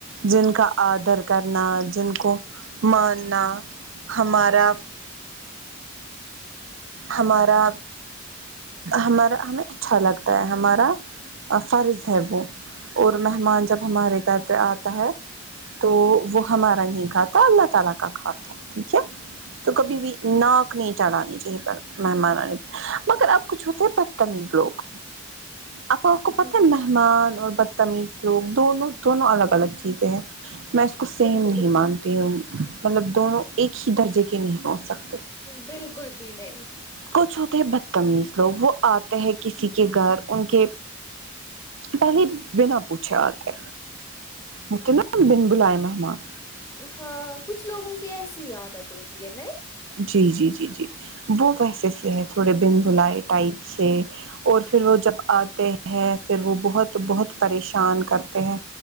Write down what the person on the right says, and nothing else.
جن کا آدر کرنا جن کو ماننا ہمارا ہمارا ہمارا ہمیں اچھا لگتا ہے ہمارا فرض ہے وہ اور مہمان جب ہمارے گھر پہ آتا ہے تو وہ ہمارا نہیں کھاتا الله تعالی کا کھاتا ہے ٹھیک ہے تو کبھی بھی ناک نہیں چڑھانی چاہیے مہمان آنے کے مگر اب کچھ ہوتا ہے بدتمیز لوگ اپپا آپکو
پتا ہے مھ معن اور بتامزیو دونو دونو الگ الگ چیزے ہے کو سیم
نہیں مانتے مطلب دونوں ایک ہی درجے کے نہیں ہو تے
کچھ ہوتے ہے بدتمیز لوگ وہ آتے ہیں کسی کے گھر ان کے پہلے بنا پوچھے آتے مجھے نا بن بلائے مہمان
جی جی جی جی وہ ویسے سے ہے تھوڑے بن بھلائے ٹائپ سے اور پھر وہ جب اتے ہیں پھر وہ بہت بہت پریشان کرتے ہیں